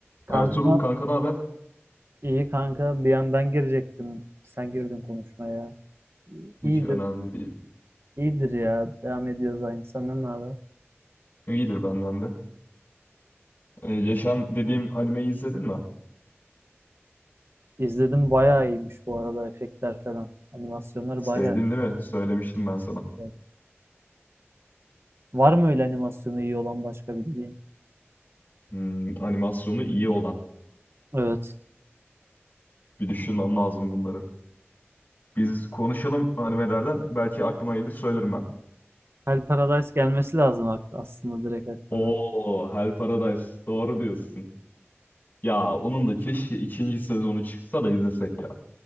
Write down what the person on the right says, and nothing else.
Kanka
iyi kanka bir an ben girecektim. Sen girdin konuşmaya.
İyidir,
iyidir ya. Devam ediyoruz aynı. Senden ne haber?
İzledim bayağı iyiymiş bu arada efektler falan. Animasyonları
bayağı
iyi. Var mı öyle animasyonu iyi olan başka bildiğin?
Evet.
Hell Paradise gelmesi lazım ak- aslında direkt aklına.